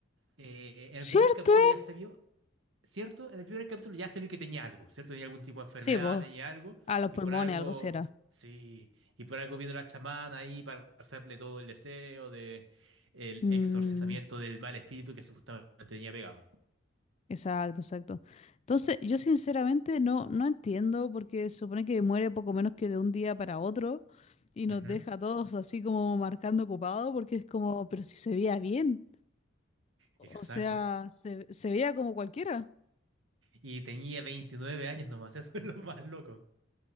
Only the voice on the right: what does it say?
eh, en
el primer capítulo ya se vio ¿cierto? En el primer capítulo ya se vio que tenía algo, ¿cierto? Tenía algún tipo de enfermedad,
tenía algo,
y
por algo,
sí, y por algo vino la chamana ahí para hacerle todo el deseo de el
exorcizamiento del mal espíritu que supuestamente tenía pegado.
Ujú,
Exacto.
Y tenía 29 años nomás, <laughs> eso es lo más loco.